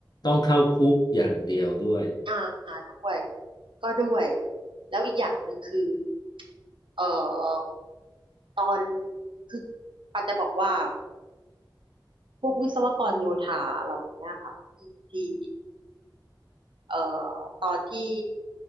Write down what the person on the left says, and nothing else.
ต้องเข้าคุกอย่างเดียวด้วย